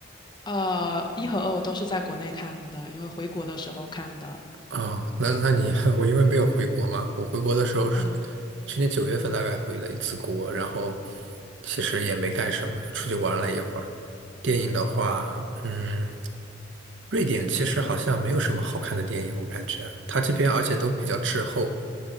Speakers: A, on the left; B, on the right.
A: 呃，一和二我都是在国内看的，因为回国的时候看的。
B: 哦，那那你 <laughs> 我因为没有回国嘛，我回国的时候是
A: 嗯
B: 去年九月份大概回了一次国，然后其实也没干什么，就出去玩了一会儿。
A: 嗯
B: 电影的话，嗯，瑞典其实好像没有什么好看的电影，我感觉它这边而且都比较滞后，